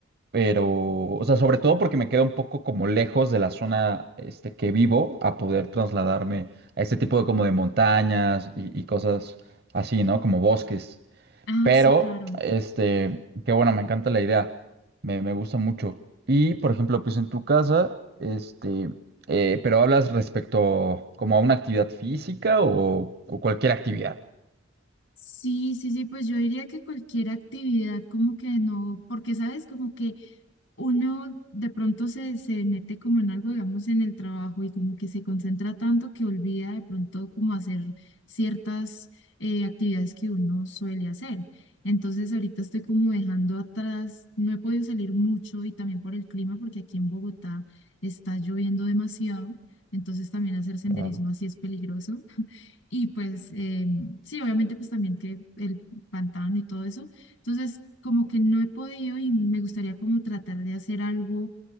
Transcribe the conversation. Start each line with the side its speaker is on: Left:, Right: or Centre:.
Right: pero, o sea, sobre todo porque me queda un poco como lejos de la zona este, que vivo a poder trasladarme a este tipo de como de montañas y, y cosas así, ¿no? Como bosques.
Left: ah,
Right: Pero,
Left: sí, claro.
Right: este, qué bueno, me encanta la idea, me, me gusta mucho. Y, por ejemplo, pues en tu casa, este, eh, pero hablas respecto como a una actividad física o, o cualquier actividad.
Left: Sí, sí, sí, pues yo diría que cualquier actividad como que no, porque sabes, como que uno de pronto se, se mete como en algo, digamos, en el trabajo y como que se concentra tanto que olvida de pronto como hacer ciertas eh, actividades que uno suele hacer. Entonces ahorita estoy como dejando atrás, no he podido salir mucho y también por el clima porque aquí en Bogotá está lloviendo demasiado. Entonces también hacer senderismo
Right: Claro,
Left: así es peligroso. <laughs> Y pues eh, sí, obviamente pues también que el pantano y todo eso, entonces, como que no he podido y me gustaría como tratar de hacer algo,